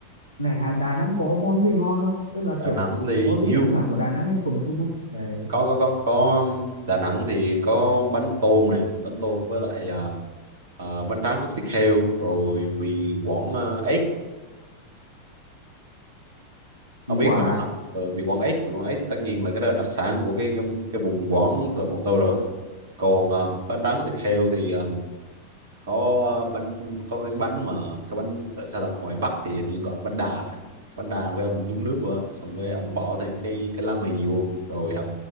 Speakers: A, on the right; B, on the right.
A: này Hà Đà Nẵng có món gì ngon không tức là
B: Đà
A: kiểu
B: Nẵng thì
A: có
B: nhiều
A: gì đặc sản của Đà Nẵng hay của miền Trung không đấy
B: có có có có um, Đà Nẵng thì có bánh tôm này bánh tôm với lại à, à, bánh tráng cốt thịt heo rồi mì Quảng uh, ếch ông
A: mì
B: biết
A: quả
B: mấy món
A: à
B: đó ừ, mì Quảng ếch mì Quảng ếch tất nhiên là cái đó là đặc sản của cái cái, cái vùng Quảng từ bọn tôi rồi còn à, bánh tráng cốt thịt heo thì à, có ờ, bánh có cái bánh mà cái bánh gọi sao ta ngoài Bắc thì hình như gọi bánh đà vậy bánh đà với ông nhúng nước vào á. xong cái ông bỏ thêm cái cái lá mì vô rồi ờ,